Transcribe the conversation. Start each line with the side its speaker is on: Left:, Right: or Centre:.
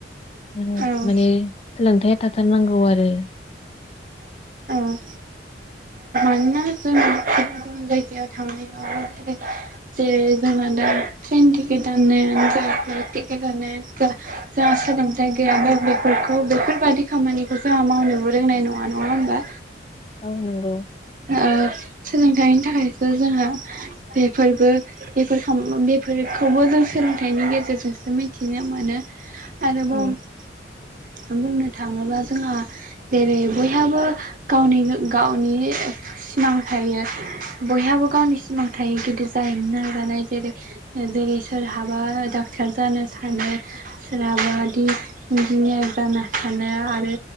Left: मन-माने
Right: औ औ
Left: सोलोंथाया थाथारनांगौ आरो
Right: औ मानोना जों गुबुन गुबुन जायगायाव थांनायावबो जे जेरै जोङो दा ट्रेन टिकेट दाननायानो जा फ्लाइथ टिकेटदानोजा जा जोंहा सोलोंथाय गायाबा बेफोरखौ बेफोरबायादि खामानिखौ जोंहा मावनोबो रोंनाय नङा नङा होमबा?
Left: औ नोंगौ
Right: ओ सोलोंथाइनि थाखायसो जोंहा बेफोरबो बेफोरखाम बेफोरखौबो जों सोलोंथाइनि गेजेरजोंसो मिथिनो मोनो आरोबाव
Left: औ
Right: बुंनो थाङोब्ला जोंहा जेरै बयहाबो गावनि गावनि सिमां थायो बयहाबो गावनि सिमां थायो गिदिर जाहैनो नाजानाय जेरै जेरै सोरहाबा डक्टर जानो सानो सो राबादि अनजिमाया जाना थानो आरो